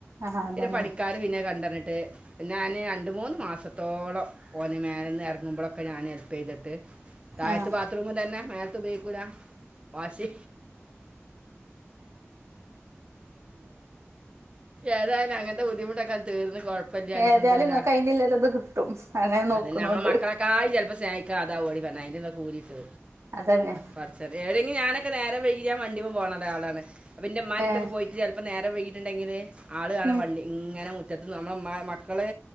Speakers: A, on the right; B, on the right.
A: ആഹ് അതന്നെ
B: പിന്നെ പണിക്കാര് പിന്നെ കണ്ടന്നിട്ട് ഞാാന് രണ്ട് മൂന്ന് മാസത്തോളം ഓന് മേലന്ന് ഇറങ്ങുമ്പോഴൊക്കെ ഞാൻ ഹെല്പ് ചെയ്തിട്ട് താഴത്ത്
A: ആഹ്
B: ബാത്റൂം തന്നെ മേലത്ത ഉപയോഗിക്കൂില്ല വാശി ഏതാലും അങ്ങനത്തെ ബുദ്ധിമുട്ടക്ക ഒന്ന് തീർന്ന് അൽഹംദുലില്ലാഹ്
A: ഏതായാലും ഇങ്ങക്ക് അയിന്ല്ലൊരിത് കിട്ടും അങ്ങനെ നോക്കണോണ്ട്
B: അതന്നെ നമ്മെ മക്കളെക്കായ ചിലപ്പോ സ്നേഹിക്ക കാദാ ഓടി പറഞ്ഞ അതിന്റെറെന്നെ കൂലിട്ട്
A: അതന്നെ
B: പറ ഏടെെങ്കില ഞാനൊക്കെ നേരം വൈകിയ വണ്ടിമ പോണ ഒരാളാണ് അപ്പ ഇന്റെ ഇമ്മാന്റടുത്തൊക്കെ
A: ഏഹ്
B: പോയി ചിലപ്പോം നേരം വൈകിയിട്ടുണ്ടെങ്കിൽ ആൾ ആടെ
A: ഉം
B: വണ്ടി ഇങ്ങനെ നമ്മള് മക്കള്